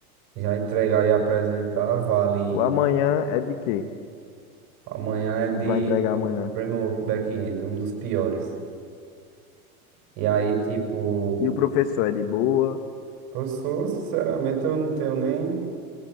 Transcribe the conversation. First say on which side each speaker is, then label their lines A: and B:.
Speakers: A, on the right; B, on the left.
A: já entregar e apresentar. Vale.
B: O amanhã é de quê?
A: Amanhã é de
B: O para entregar amanhã.
A: framework back-end, um dos piores. E aí, tipo,
B: E o professor é de boa,
A: professor, sinceramente, eu não tenho nem